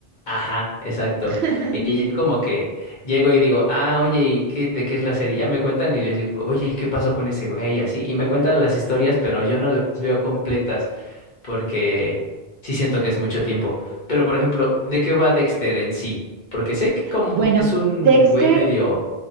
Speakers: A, on the left (about 50°); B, on the right (about 80°).
A: Ajá, exacto.
B: <laughs>
A: Y ya como que llego y digo, ah, oye, ¿y qué, de qué es la serie? Ya me cuentan y les digo, oye, ¿y ¿qué pasó con ese güey? Y así. Y me cuentan las historias, pero yo no las veo completas porque sí siento que es mucho tiempo. Pero, por ejemplo, ¿de qué va Dexter en sí? Porque sé que como
B: Bueno,
A: que es un
B: Dexter,
A: güey medio